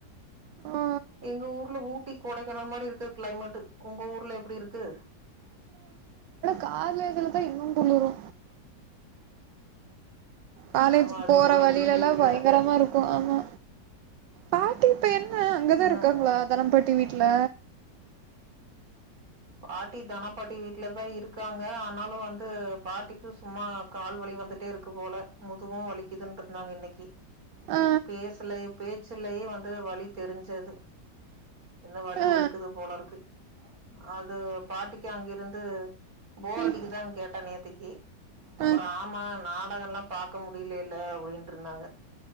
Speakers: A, on the right (about 80°); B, on the right (about 50°).
A: ஆ
B: எங்க ஊர்ல ஊட்டி கொடைக்கானல் மாரி இருக்கு கிளைமேட்டு் உங்க ஊர்ல எப்டி இருக்கு
A: கால்ல இதுலதா இன்னு குளிரு காலேஜுக்கு
B: ஆமா அது
A: போற
B: பொள்ளாச்சி
A: வலிலல்லா
B: சைடுல
A: பயங்கரமா இருக்கோ ஆமா பாட்டி இப்ப என்ன அங்கதா
B: ம்
A: இருக்காங்களா தனம்பாட் டி வீட்ல
B: பாட்டி தனாபாட்டி வீட்டுலதா இருக்காங்க ஆனாலு வந்து பாட்டிக்கு சும்மா கால்வலி வந்துட்டே இருக்கு போல முதுகும் வலிக்குதுன்டு இருந்தாங்க இன்னிக்கி
A: ஆ
B: பேசல பேச்சுலயே வந்து வலி தெரிஞ்சது இந்த வலி
A: ஆ
B: இருக்குது போல இருக்கு அது பாட்டிக்கு அங்கிருந்து போரடிக்குதா
A: ம்
B: கேட்டே நேத்திக்கி அப்புறோ
A: ஆ
B: ஆமா நாடகம்லா பாக்க முடிலல்ல அப்டின்டு இருந்தாங்க